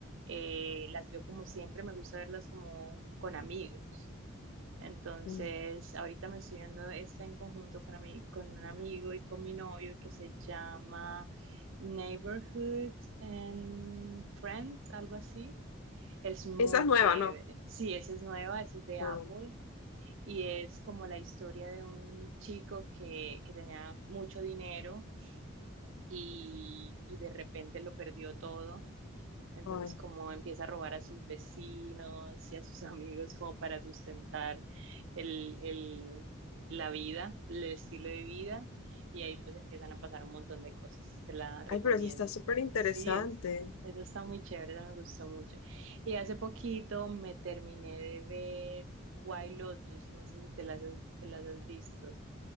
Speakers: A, on the right; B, on the left.
A: eh, las veo como siempre, me gusta verlas como con amigos. Entonces,
B: Mm,
A: ahorita me estoy viendo esta en conjunto con, ami- con un amigo y con mi novio que se llama Neighborhood and Friends, algo así. Es muy
B: Esa es nueva,
A: chévere.
B: ¿no?
A: Sí, esa es nueva, esa es de
B: No.
A: Apple. y es como la historia de un chico que, que tenía mucho dinero y, y de repente lo perdió todo entonces,
B: Ay.
A: como empieza a robar a sus vecinos y a sus <laughs> amigos como para sustentar el, el- la vida, el estilo de vida, y ahí pues empiezan a pasar un montón de cosas. Te la recomiendo.
B: Ay, pero sí está súper interesante.
A: Sí, es, eso está muy chévere, esa me gustó mucho. Y hace poquito me terminé de ver White Lotus, no sé si te las, has- te las has visto.